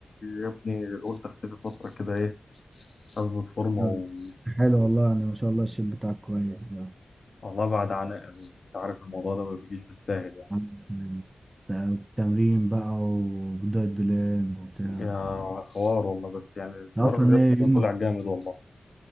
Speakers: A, on the left (about 65°); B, on the right (about 30°).
A: يا ابني قلت اختفي فتره كده ايه اظبط فورمه
B: بس
A: و...
B: حلو والله انا ما شاء الله الشيب بتاعك كويس يا
A: والله بعد عناء يا زوز انت عارف الموضوع ده ما بيجيش بالساهل يعني
B: عم فاهم. ت- تمرين بقى ودايت بلان وبتاع
A: يا حوار والله بس يعني
B: اصلا
A: حوار الرياضه
B: ايه يومك
A: ده طلع جامد والله